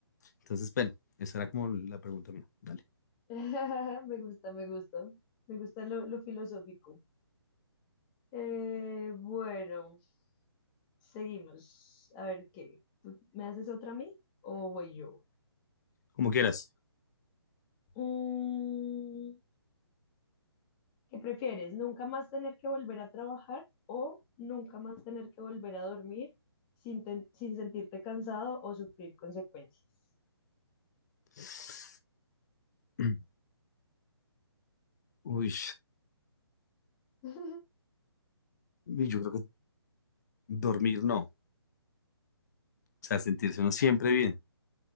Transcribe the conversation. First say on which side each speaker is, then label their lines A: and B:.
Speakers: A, on the left; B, on the left.
A: Entonces, bueno, esa era como la pregunta mía. Dale,
B: <laughs> Me gusta, me gusta. Me gusta lo, lo filosófico. Eh, bueno, seguimos. A ver, ¿qué? ¿Tú me haces otra a mí o voy yo?
A: como quieras.
B: Mm, ¿qué prefieres? ¿Nunca más tener que volver a trabajar o nunca más tener que volver a dormir sin, ten- sin sentirte cansado o sufrir consecuencias?
A: <clears throat> Mm. Uy,
B: <laughs>
A: uy, yo creo que dormir no, o sea, sentirse uno siempre bien.